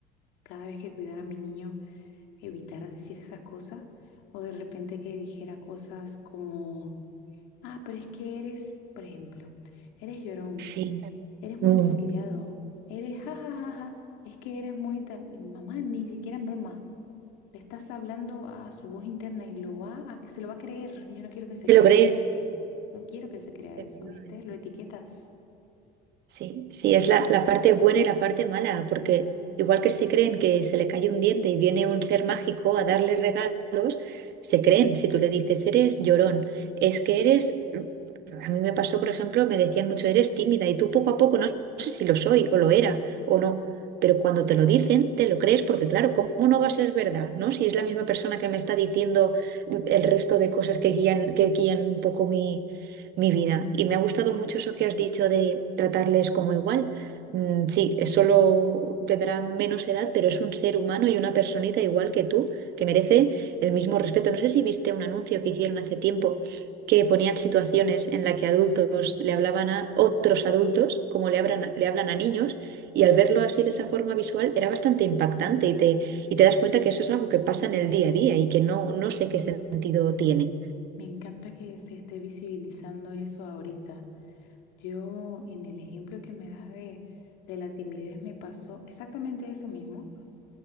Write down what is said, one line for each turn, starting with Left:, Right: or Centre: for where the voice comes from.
Left: cada vez que cuidara a mi niño evitara decir esas cosas. O de repente que dijera cosas como... Ah, pero es que eres, por ejemplo, eres llorón,
Right: Sí.
Left: eres muy
Right: Mm.
Left: malcriado, eres jajajaja, es que eres muy tal. Mamá, ni siquiera en broma. Le estás hablando a su voz interna y lo va a, se lo va a creer. Yo no quiero que se
Right: ¿Se
Left: crea.
Right: lo cree?
Left: No, no quiero que se crea
Right: Efectivamente.
Left: eso, ¿viste? Lo etiquetas.
Right: Sí, sí, es la, la parte buena y la parte mala, porque igual que se creen que se le cae un diente y viene un ser mágico a darle regalos, se creen, si tú le dices, eres llorón, es que eres, a mí me pasó, por ejemplo, me decían mucho, eres tímida y tú poco a poco, no, no sé si lo soy o lo era o no, pero cuando te lo dicen, te lo crees, porque claro, ¿cómo no va a ser verdad, no? Si es la misma persona que me está diciendo el resto de cosas que guían, que guían un poco mi mi vida. Y me ha gustado mucho eso que has dicho de tratarles como igual. Mm, sí, es solo tendrá menos edad, pero es un ser humano y una personita igual que tú, que merece el mismo respeto. No sé si viste un anuncio que hicieron hace tiempo que ponían situaciones en la que adultos le hablaban a otros adultos, como le hablan, le hablan a niños, y al verlo así de esa forma visual era bastante impactante y te, y te
Left: Mm.
Right: das cuenta que eso es algo que pasa en el día a día y que no, no sé qué sentido tiene.
Left: Me encanta que se esté visibilizando eso ahorita. Yo, en el ejemplo que me das de, de la timidez, me pasó exactamente eso mismo.